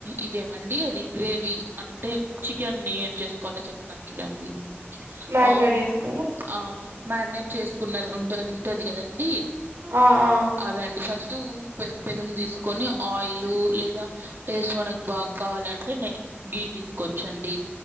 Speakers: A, on the right (about 55°); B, on the right (about 70°).
A: ఇదేమండి అది గ్రేవీ అంటే చికెన్ని ఏం చేసుకోవాలో చెప్తాను చూడండి
B: మాగ్నెట్
A: ఆ
B: జేసుకోవాలా?
A: ఆ మ్యారినేట్ చేసుకున్నది ఉంట ఉంటది కదండి
B: ఆ ఆ
A: అదే అండి ఫస్ట్ పె పెనం తీసుకొని ఆయిల్ లే దా టేస్ట్ మనకు బాగా కావాలంటే నే గీ తీసుకోవచ్చండి